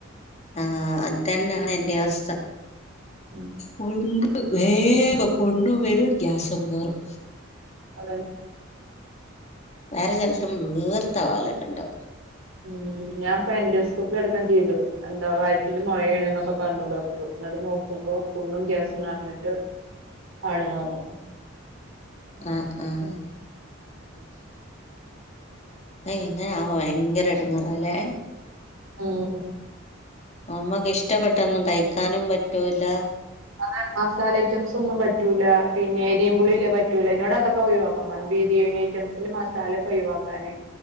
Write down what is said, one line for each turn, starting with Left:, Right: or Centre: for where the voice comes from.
Left: ആഹ് അത്തന്നെയാണ് എന്റെ അവസ്ഥ
Right: ഉം
Left: പുണ്ണ് വേഗം പുണ്ണ് വരൂം ഗ്യാസുംകേറും
Right: അതെ
Left: വേറെ ചിലപ്പം വീർത്തവാല ഉണ്ടാവും
Right: ഉം ഞാൻ പ എൻറോസ്കോപ്പി അടക്കം ചെയ്തു എന്താ വയറ്റില് മുഴയേന് എന്നൊക്കെ പറഞ്ഞു ഡോക്ടർ എന്നിട്ട് നോക്കുമ്പോ പുണ്ണും ഗ്യാസ് നിറഞ്ഞിട്ട് ആണ് പറഞ്ഞു <unintelligible>
Left: ആഹ് ആഹ്
Right: <inaudible>
Left: ഏ ഇങ്ങനേ ആകുമ്പോൾ ഭയങ്കര എടങ്ങാറാല്ലേ
Right: ഉം ഹ്
Left: നമ്മക്ക് ഇഷ്ടപ്പെട്ടൊന്നും കഴിക്കാനും പറ്റൂല
Right: ആഹ് മസാല ഐറ്റംസ് ഒന്നും പറ്റൂല പിന്നെ എരിമ്പുളി ഇല്ല പറ്റൂല എന്നോട് അതൊക്കെ ഒഴിവാക്കാറഞ്ഞു ബിരിയാണി റ്റംസിൽ മസാല ഒക്കെ ഒഴിവാക്കാന്